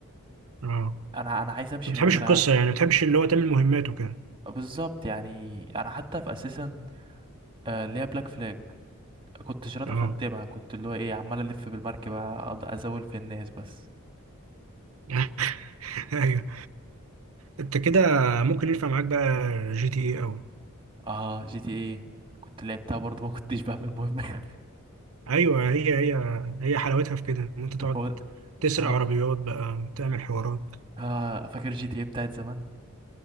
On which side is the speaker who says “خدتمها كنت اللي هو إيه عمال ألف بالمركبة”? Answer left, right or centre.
Right